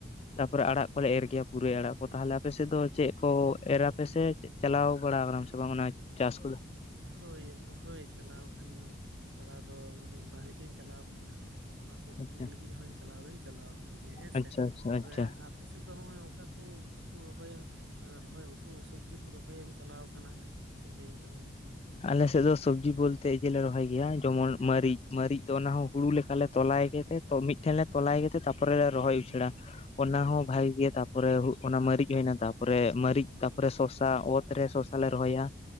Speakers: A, on the left; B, on the right.
A: ᱛᱟᱯᱚᱨᱮ ᱟᱲᱟᱜ ᱠᱚᱞᱮ ᱮᱨ ᱜᱮᱭᱟ ᱯᱩᱨᱟᱹᱭ ᱟᱲᱟᱜ ᱠᱚ ᱛᱟᱦᱚᱞᱮ ᱟᱯᱮ ᱥᱮᱫ ᱫᱚ ᱪᱮᱫ ᱠᱚ ᱮᱨᱟᱯᱮᱥᱮ ᱪᱟᱞᱟᱣ ᱵᱟᱲᱟ ᱠᱟᱱᱟᱢ ᱥᱮ ᱵᱟᱝ ᱚᱱᱟ ᱪᱟᱥ ᱠᱚᱫᱚ
B: ᱦᱳᱭ ᱦᱳᱭ ᱪᱟᱞᱟᱣ ᱠᱟᱱᱟᱹᱧ ᱪᱟᱞᱟᱣ ᱫᱚ ᱵᱷᱟᱞᱮ ᱜᱮᱧ ᱪᱟᱞᱟᱣ ᱠᱟᱱᱟ ᱚᱱᱟ ᱠᱚ
A: ᱟᱪᱪᱷᱟ
B: ᱯᱩ ᱞᱟᱹᱜᱤᱫ ᱦᱚᱸᱧ ᱪᱟᱞᱟᱣ ᱫᱚᱧ ᱪᱟᱞᱟᱣ ᱠᱟᱱ ᱜᱮᱭᱟ ᱦᱮᱸ
A: ᱟᱪᱪᱷᱟ
B: ᱥᱮ
A: ᱟᱪᱪᱷᱟ
B: ᱛᱚᱵᱮ
A: ᱟᱪᱪᱷᱟ
B: ᱟᱯᱮ ᱥᱮᱫ ᱫᱚ ᱦᱚᱜᱼᱚᱭ ᱚᱠᱟ ᱩᱛᱩ ᱠᱚ ᱨᱚᱦᱚᱭ ᱮᱢ ᱨᱚᱦᱚᱭ ᱩᱛᱩ ᱥᱚᱵᱡᱤ ᱠᱚ ᱨᱚᱦᱚᱭ ᱮᱢ ᱪᱟᱞᱟᱣ ᱠᱟᱱᱟ ᱠᱟᱹᱴᱤᱡ ᱞᱟᱹᱭᱟᱹᱧ ᱛᱟᱞᱟᱝ ᱢᱮ
A: ᱟᱞᱮᱥᱮᱫ ᱫᱚ ᱥᱚᱵᱡᱤ ᱵᱚᱞᱛᱮ ᱤᱭᱟᱞᱮ ᱨᱚᱦᱚᱭ ᱜᱮᱭᱟ ᱡᱚᱢᱚᱱ ᱢᱟᱹᱨᱤᱡ ᱢᱟᱹᱨᱤᱡ ᱫᱚ ᱚᱱᱟ ᱦᱚᱸ ᱦᱩᱲᱩ ᱞᱮᱠᱟᱞᱮ ᱛᱚᱞᱟᱭ ᱜᱮ ᱛᱮ ᱛᱳ ᱢᱣᱤᱫᱴᱷᱮᱱ ᱞᱮ ᱛᱚᱞᱟᱭ ᱜᱮᱛᱮ ᱛᱟᱯᱚᱨᱮ ᱞᱮ ᱨᱚᱦᱚᱭ ᱩᱪᱟᱹᱲᱟ ᱚᱱᱟ ᱦᱚᱸ ᱵᱷᱟᱜᱤ ᱜᱮ ᱛᱟᱯᱚᱨᱮ ᱚᱱᱟ ᱢᱟᱹᱨᱤᱡ ᱦᱩᱭᱱᱟ ᱛᱟᱯᱚᱨᱮ ᱢᱟᱹᱨᱤᱡ ᱛᱟᱯᱚᱨᱮ ᱥᱚᱥᱟ ᱚᱛ ᱨᱮ ᱥᱚᱥᱟ ᱞᱮ ᱨᱚᱦᱚᱭᱟ